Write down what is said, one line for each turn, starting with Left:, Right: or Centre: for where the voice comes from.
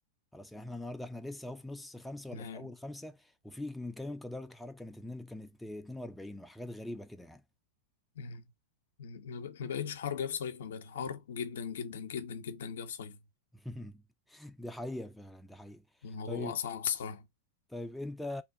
Centre: خلاص يعني احنا النهارده احنا لسه اهو في نص خمسه ولا
Left: نعم.
Centre: في اول خمسه وفي من كام يوم كان درجه الحراره كانت اتنين كانت 42 وحاجات غريبه كده يعني
Left: مم. ما ب- ما بقتش حر جه في صيف ما بقت حر جدا جدا جدا جدا جه في صيف
Centre: <laughs> دي حقيقه فعلا دي حقيقه
Left: الموضوع
Centre: طيب
Left: بقى صعب الصراحة
Centre: طيب انت